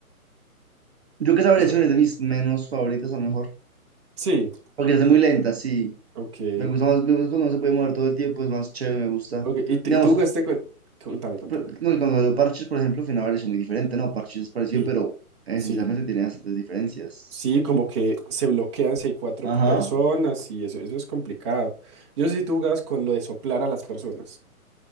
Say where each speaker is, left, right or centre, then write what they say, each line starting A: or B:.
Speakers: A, on the right; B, on the right.
A: Yo creo que esa
B: Eso,
A: variación es de mis menos favoritas, a lo mejor.
B: sí,
A: Porque es muy lenta, sí.
B: ok.
A: Me gusta más, me gusta cuando uno se puede mover todo el tiempo, es más chévere, me gusta.
B: Ok, ¿y, tú
A: Digamos,
B: y tú jugaste con... Cuéntame, cuéntame.
A: Pues, no, y cuando veo Parches, por ejemplo, fue es muy diferente, ¿no? Parches es parecido,
B: Sí,
A: pero esencialmente
B: sí,
A: tiene bastantes diferencias.
B: sí, como que se bloquean si hay cuatro
A: Ajá.
B: personas y eso, eso es complicado. Yo no sé si tú jugabas con lo de soplar a las personas.